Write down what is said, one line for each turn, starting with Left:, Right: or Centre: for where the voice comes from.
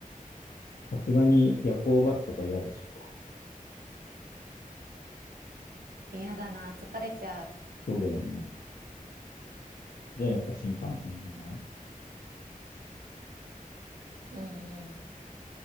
Left: さすがに夜行バスとか嫌でしょ。
Right: 嫌だな、疲れちゃ
Left: そうだよね。じゃあやっぱ新幹線じゃない
Right: う。うん